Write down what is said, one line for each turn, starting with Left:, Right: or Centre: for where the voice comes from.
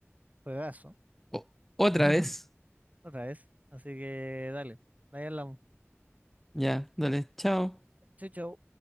Right: juegazo,
Centre: O- otra
Right: <laughs>
Centre: vez.
Right: otra vez, así que dale, ahí hablamos.
Centre: Ya, dale, chao.
Right: Chau, chau.